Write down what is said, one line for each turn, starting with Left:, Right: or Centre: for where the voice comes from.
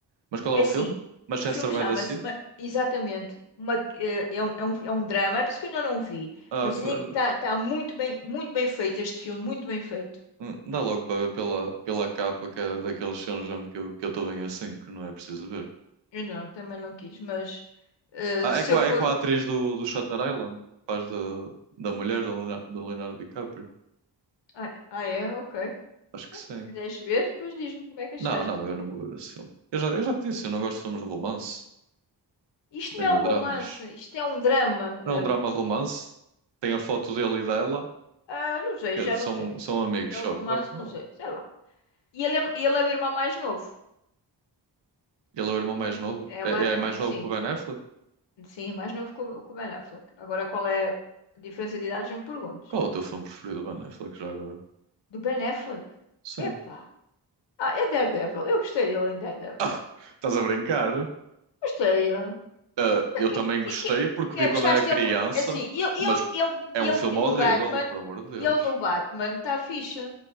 Right: Mas qual
Left: é
Right: é o
Left: assim:
Right: filme? Manchester
Left: o filme
Right: by
Left: chama-se
Right: the Sea?
Left: ma- exatamente. Uma, eh, é, um, é, um, é um drama. É por isso que eu ainda não vi.
Right: Ah,
Left: Mas
Right: pera-
Left: dizem que está tá tá muito bem, muito bem feito este filme, muito bem feito.
Right: hum, dá logo para ver pela, pela capa que é daqueles filmes mesmo que eu que eu estou bem assim, que não é preciso ver.
Left: Eu não, também não quis. Mas eh,
Right: Ah,
Left: se
Right: é com
Left: eu
Right: a,
Left: for.
Right: é com a atriz do, do Shutter Island, que faz de, da mulher do Leonardo- do Leonardo DiCaprio.
Left: Ah, ah, é? Ok.
Right: Acho que sim.
Left: Se quiseres ver, depois diz-me como é que achaste.
Right: Não, não, eu não vou ver esse filme. Eu já, eu já te disse, eu não gosto de filmes de romance,
Left: Isto
Right: nem
Left: não é um
Right: de
Left: romance,
Right: dramas.
Left: isto é um drama.
Right: Não é um drama romance. Tem a foto dele e dela,
Left: ah, ah, não sei,
Right: que
Left: já
Right: são,
Left: não sei.
Right: são amigos
Left: Se é um
Right: só.
Left: romance,
Right: Claro que
Left: não
Right: não.
Left: sei, sei lá. E ele é, ele é o irmão mais novo.
Right: Ele é o irmão mais
Left: do-
Right: novo.
Left: é
Right: É,
Left: uma, é-
Right: é mais
Left: sim,
Right: novo que o Ben Affleck?
Left: sim, é mais novo que o, que o Ben Affleck. Agora, qual é a diferença de idades? Não me perguntes.
Right: Qual é o teu filme preferido do Ben Affleck já agora?
Left: Do Ben Affleck?
Right: Sim.
Left: Epá. Ah, é Daredevil. Eu gostei dele em Daredevil.
Right: <laughs> Estás a brincar?
Left: Gostei. ah.
Right: Ah, eu
Left: Que,
Right: também
Left: que,
Right: gostei
Left: que,
Right: porque
Left: que
Right: vi
Left: é,
Right: quando
Left: gostaste
Right: era criança,
Left: dele? co- Assim, ele,
Right: mas
Left: ele, ele,
Right: é um filme
Left: ele
Right: horrível,
Left: no Batman,
Right: por amor de Deus.
Left: ele no Batman está fixe.